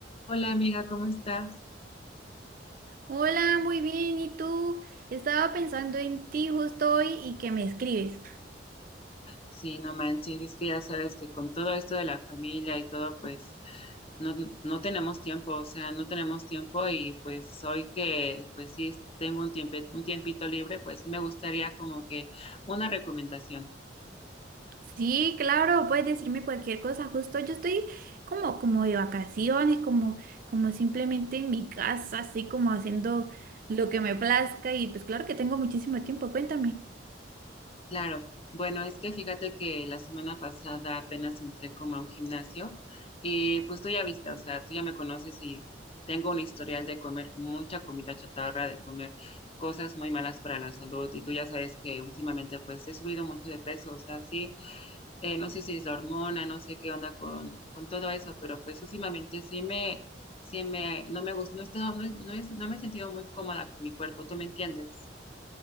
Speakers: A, on the left; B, on the right.
A: Hola amiga, ¿cómo estás?
B: Hola, muy bien. ¿Y tú? Estaba pensando en ti justo hoy y que me escribes.
A: Sí, no manches, es que ya sabes que con todo esto de la familia y todo, pues no, no tenemos tiempo, o sea, no tenemos tiempo y pues hoy que pues sí tengo un tiempo, un tiempito libre, pues sí me gustaría como que una recomendación.
B: Sí, claro, puedes decirme cualquier cosa. Justo yo estoy como, como de vacaciones, como, como simplemente en mi casa, así como haciendo lo que me plazca. Y pues claro que tengo muchísimo tiempo. Cuéntame.
A: Claro, bueno, es que fíjate que la semana pasada apenas entré como a un gimnasio y pues tú ya viste, o sea, tú ya me conoces y tengo un historial de comer mucha comida chatarra, de comer cosas muy malas para la salud y tú ya sabes que últimamente pues he subido mucho de peso, o sea, sí, eh, no sé si es la hormona, no sé qué onda con, con todo eso, pero pues últimamente sí me, sí me, no me gusta, no, he estado- no, he- no he- no me he sentido muy cómoda con mi cuerpo, ¿tú me entiendes?